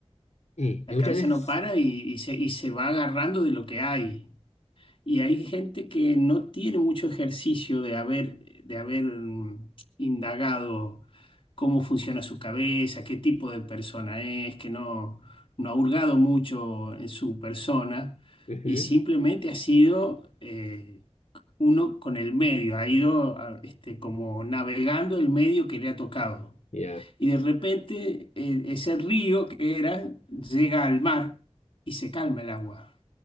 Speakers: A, on the left; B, on the left.
A: y,
B: la
A: y muchas
B: cabeza
A: veces...
B: no para y, y se, y se va agarrando de lo que hay. Y hay gente que no tiene mucho ejercicio de haber, de haber mm, indagado cómo funciona su cabeza, qué tipo de persona es, que no, no ha hurgado mucho en su persona
A: ujú,
B: y simplemente ha sido eh, uno con el medio, ha ido ah, este, como navegando el medio que le ha tocado.
A: Ya,
B: Y de repente eh, ese río que era llega al mar y se calma el agua.